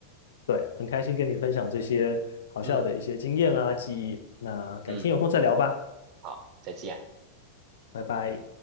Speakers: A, on the left; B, on the right.
A: 对，很开心跟你分享这些好笑的一些经验啊、
B: 嗯
A: 记忆。那改天有空再聊吧，
B: 嗯，好，再见。
A: 拜拜。